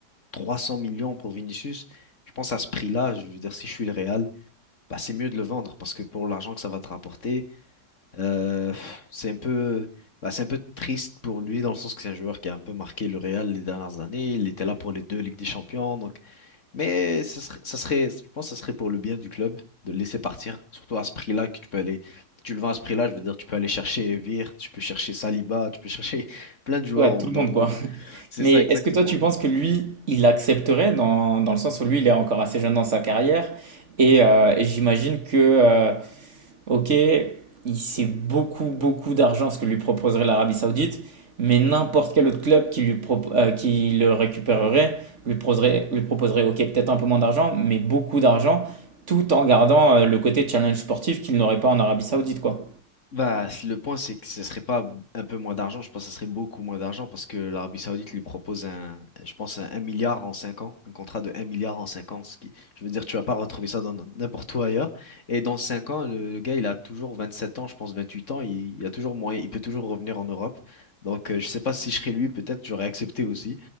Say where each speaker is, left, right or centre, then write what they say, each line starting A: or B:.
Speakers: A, on the left; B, on the right.
A: 300 millions pour Vinicius, je pense à ce prix-là, je veux dire, si je suis le Real, bah, c'est mieux de le vendre parce que pour l'argent que ça va te rapporter, euh, pff, c'est un peu, bah, c'est un peu triste pour lui dans le sens que c'est un joueur qui a un peu marqué le Real les dernières années. Il était là pour les deux Ligues des Champions, donc, mais ça serait, ça serait- je pense que ça serait pour le bien du club de le laisser partir, surtout à ce prix-là que tu peux aller. Tu le vends à ce prix-là, je veux dire, tu peux aller chercher Vir, tu peux chercher Saliba, tu peux chercher <laughs> plein de joueurs
B: Ouais,
A: au-
B: tout le
A: dans
B: monde,
A: le monde.
B: quoi.
A: C'est
B: Mais
A: ça exactement.
B: est-ce que toi, tu penses que lui, il accepterait dans, dans le sens où lui, il est encore assez jeune dans sa carrière et, euh, et j'imagine que, euh, ok, il sait beaucoup, beaucoup d'argent ce que lui proposerait l'Arabie Saoudite, mais n'importe quel autre club qui, lui propo- euh, qui le récupérerait lui proposerait, lui proposerait ok, peut-être un peu moins d'argent, mais beaucoup d'argent, tout en gardant euh, le côté challenge sportif qu'il n'aurait pas en Arabie Saoudite, quoi.
A: Bah, c- le point, c'est que ce serait pas un peu moins d'argent, je pense que ce serait beaucoup moins d'argent parce que l'Arabie Saoudite lui propose un, je pense, un 1 milliard en 5 ans, un contrat de un milliard en 5 ans, ce qui, je veux dire, tu vas pas retrouver ça dans n- n'importe où ailleurs. Et dans 5 ans, le, le gars, il a toujours 27 ans, je pense 28 ans, il, il a toujours moyen, il peut toujours revenir en Europe. Donc, euh, je sais pas si je serais lui, peut-être j'aurais accepté aussi.